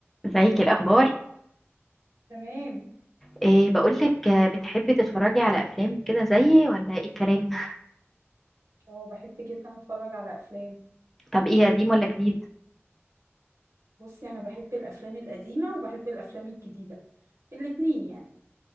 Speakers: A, in the centre; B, on the right.
A: ازيك إيه الاخبار
B: تمام
A: إيه بقولك آه، بتحبي تتفرجي على افلام كده زيي ولا ايه الكلام <laughs>
B: اه بحب جدا اتفرج على افلام
A: طب ايه قديم ولا جديد
B: بصي انا بحب الافلام القديمه وبحب الافلام الجديده الاتنين يعني